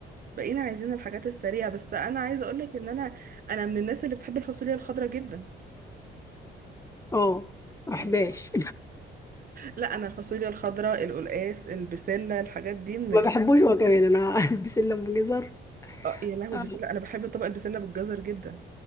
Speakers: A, on the right (about 45°); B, on the left (about 15°).
A: بقينا عايزين الحاجات السريعه بس انا عايزه اقول لك ان انا انا من الناس اللي بتحب الفاصوليا الخضراء جدا
B: اه ما
A: يعني
B: بحبهاش
A: لا انا الفاصوليا الخضراء القلقاس البسله الحاجات دي
B: <laughs>
A: من
B: ما
A: ال...
B: بحبوش هو كمان انا <laughs> بسله ام جزر
A: آه، يا لهوي
B: آه.
A: البسله انا بحب طبق البسله بالجزر جدا